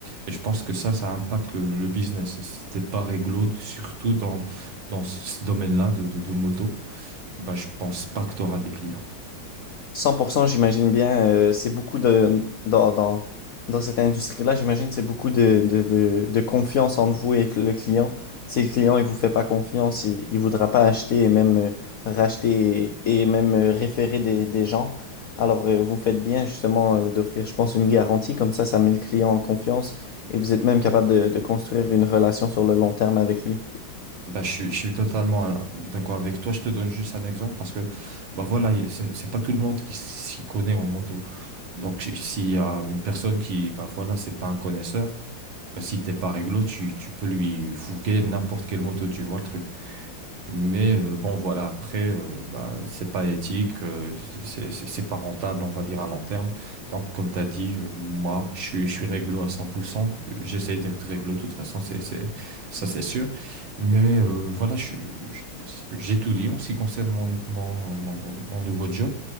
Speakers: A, on the right; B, on the left.
A: Et je pense que ça, ça impacte le, le business. Si t'es pas réglo, surtout dans, dans ce domaine-là de, de, de moto, bah je pense pas que tu auras des clients.
B: 100%, j'imagine bien, euh, c'est beaucoup de, dans, dans, dans cette industrie-là, j'imagine que c'est beaucoup de, de, de, de confiance entre vous et le client. Si le client, il vous fait pas confiance, il, il voudra pas acheter et même euh, racheter et, et même euh, référer des, des gens. Alors, euh, vous faites bien justement euh, d'offrir, je pense, une garantie. Comme ça, ça met le client en confiance et vous êtes même capable de, de construire une relation sur le long terme avec lui.
A: Bah, je suis, je suis totalement euh, d'accord avec toi. Je te donne juste un exemple parce que bah voilà, il- c'est c'est pas tout le monde qui s'y connaît en moto. Donc si- s'il y a une personne qui bah voilà, c'est pas un connaisseur, bah si t'es pas réglo, tu, tu peux lui fourguer n'importe quelle moto, tu vois le truc. Mais euh, bon, voilà, après, euh, bah, c'est pas éthique, euh, c'est c'est- c'est pas rentable, on va dire, à long terme. Donc, comme tu as dit, euh, moi, je suis, je suis réglo à 100%. J'essaie d'être réglo, de toute façon, c'est, c'est, ça, c'est sûr. Mais euh, voilà, je- je- je- j'ai tout dit en ce qui concerne mon, mon, mon, mon nouveau job.